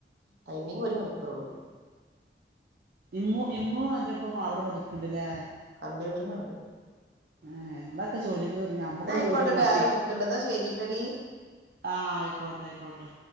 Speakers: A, on the right; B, on the right.
A: ടൈമിങ് ഒരു മണിക്കൂറള്ളു
B: ഇമ്മു ഇമ്മൂ അന്റെ ഒപ്പം അവിടെ പഠിക്ക്ണ്ടല്ലേ
A: കമ്പ്യൂട്ടറിനണ്ട്
B: ഏ നിങ്ങളൊക്കെ ജോലിക്ക് കേറി ഞമ്മക്കൊരു
A: എന്നാ ആയിക്കോട്ടെ
B: ജോലിയാട്ട് നോക്കി
A: ആര വിളിക്കണ്ട് എന്നാ ശരിട്ടടി
B: ആ ആയിക്കോട്ടെ ആയിക്കോട്ടെ